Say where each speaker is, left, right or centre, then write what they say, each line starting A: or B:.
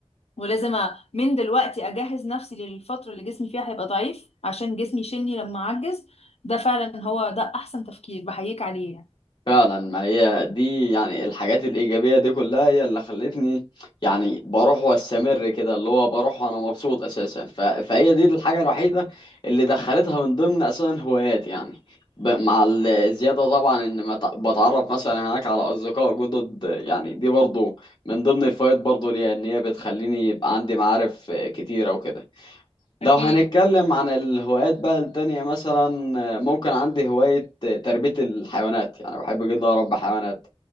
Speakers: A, on the left; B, on the left.
A: ولازم أ... من دلوقتي اجهز نفسي للفترة اللي جسمي فيها هيبقى ضعيف عشان جسمي يشيلني لما اعجز ده فعلا هو ده احسن تفكير بحييك عليه يعني
B: فعلا ما هي دي يعني الحاجات الإيجابية دي كلها هي اللي خلتني يعني بروح وأستمر كده اللي هو بروح وأنا مبسوط أساسا ف... فهي دي الحاجة الوحيدة اللي دخلتها من ضمن أساسا هوايات يعني ب... مع الزيادة طبعا إن ما ت- بتعرف مثلا هناك على أصدقاء جدد يعني دي برضو من ضمن الفوائد برضو ليها إن هي بتخليني يبقى عندي معارف كتيرة وكده لو
A: اكيد
B: هنتكلم عن الهوايات بقى التانية مثلا ممكن عندي هواية تربية الحيوانات يعني بحب جدا أربي حيوانات